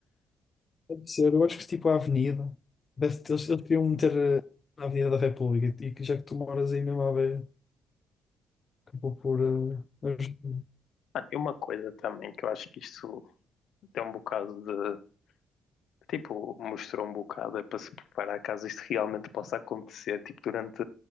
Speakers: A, on the left; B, on the left.
A: Deve ser, eu acho que tipo a Avenida, deve ter, eles, eles queriam meter eh, na Avenida da República e que já que tu moras aí mesmo à beira, acabou por. eh, ajudar.
B: Olha, e uma coisa também que eu acho que isto tem um bocado de. Tipo, mostrou um bocado é para se preparar caso isto realmente possa acontecer, tipo, durante,